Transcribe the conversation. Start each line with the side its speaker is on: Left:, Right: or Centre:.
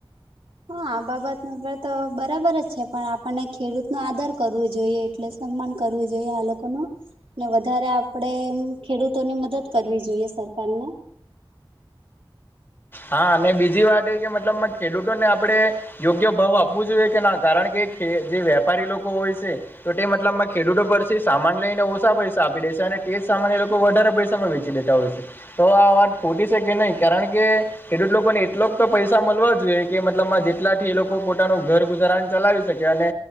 Right: હા, આ બાબત તો બરાબર જ છે પણ આપણને ખેડૂત નો આદર કરવો જોઈએ, એટલે સન્માન કરવું જોઈએ, આ લોકોનું-' ને વધારે આપડે ખેડૂતોની મદદ કરવી જોઈએ, સરકાર ને
Left: હા, અને બીજી વાત એ કે મતલબ ખેડૂતોને આપણે યોગ્ય ભાવ આપવો જોઈએ, કે ના કારણ કે જે વેપારી લોકો હોય છે. તો તે મતલબમાં ખેડૂતો પરથી સામાન લઈને ઓછા પૈસા આપી દેશે અને તે જ સામાન એ લોકો વધારે પૈસામાં વેચે ડેટા હોય છે, તો આ વાત ખોટી છે કે નહીં કારણ કે ખેડૂત લોકોને એટલોક તો પૈસા મળો જોઈએ કે મતલબમાં જેટલા થી એ લોકો પોતાનું ઘર ગુજારાન ચલાવી શકે અને